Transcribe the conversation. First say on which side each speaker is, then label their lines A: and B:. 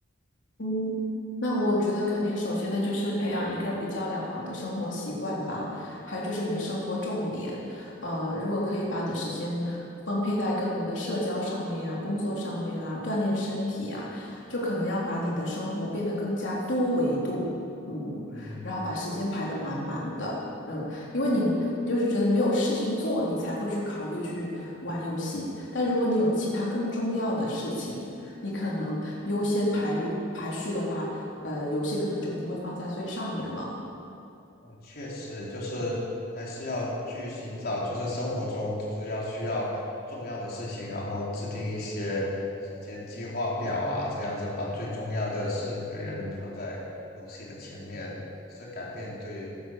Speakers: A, on the left; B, on the left.
A: 嗯，那我觉得肯定，首先呢，就是培养一个比较良好的生活习惯吧，还有就是你的生活重点。呃，如果可以把你的时间分配在更多的社交上面啊、工作上面啊、锻炼身体啊，就可能要把你的生活变得更加多维度，嗯，
B: 嗯。
A: 然后把时间排得满满的，嗯，因为你就是觉得没有事情做，你才会去考虑去玩游戏，但如果你有其他更重要的事情。你可能优先排率排序的话，呃，游戏可能就不会放在最上面了。
B: 哦，确实就是还是要去寻找，就是生活中就是要需要重要的事情，然后制定一些时间计划表啊，这样子把最重要的事和人放在游戏的前面，是改变对